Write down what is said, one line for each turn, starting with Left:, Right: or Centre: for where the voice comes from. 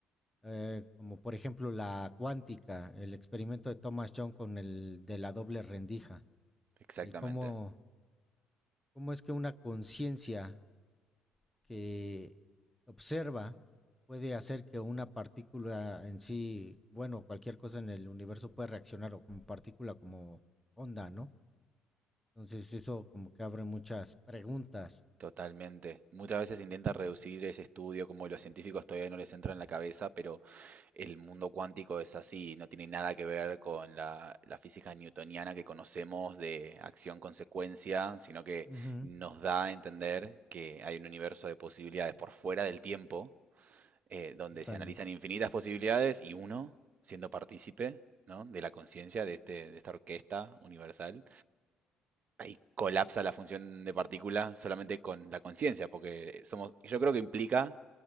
Centre: Eh, como por ejemplo la cuántica, el experimento de Thomas John con el de la doble rendija,
Right: Exactamente.
Centre: el cómo, cómo es que una conciencia que observa puede hacer que una partícula en sí, bueno, cualquier cosa en el universo puede reaccionar o como partícula, como onda, ¿no? Entonces eso como que abre muchas preguntas.
Right: Totalmente. Muchas veces intenta reducir ese estudio, como los científicos todavía no les entra en la cabeza, pero el mundo cuántico es así, no tiene nada que ver con la, la física newtoniana que conocemos de acción-consecuencia, sino que
Centre: Ujú,
Right: nos da a entender que hay un universo de posibilidades por fuera del tiempo, eh, donde
Centre: totalmente.
Right: se analizan infinitas posibilidades y uno, siendo partícipe, ¿no? de la conciencia de este, de esta orquesta universal, ahí colapsa la función de partícula solamente con la conciencia, porque somos, yo creo que implica